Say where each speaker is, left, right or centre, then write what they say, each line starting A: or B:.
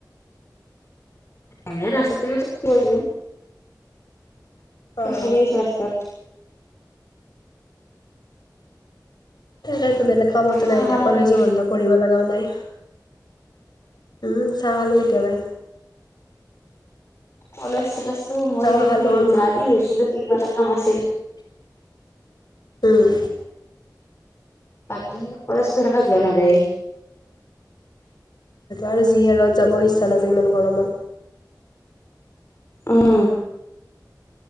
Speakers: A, on the left; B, on the left.
A: এনে ৰাস্তাতে আছো খোজ
B: অ'।
A: কাঢ়ি আছো ৰাস্তাত
B: স বেলেগ কামতো
A: চাহ
B: নাই এতিয়া
A: খালা
B: কলেজো
A: নেকি
B: বন্ধ পঢ়িব লগাও নাই উম চাহ খালো এতিয়া মই
A: কলেজ চলেজটো মই
B: চাহ খালো উম,
A: আজি গৈছিলো কিবা এটা কাম আছিল।
B: উম।
A: বাকী কলেজতো এনেকে যোৱা নাযায়ে
B: আৰু যিহে ৰদ যাব ইচ্ছা নাযাই ইমান গৰমত।
A: উম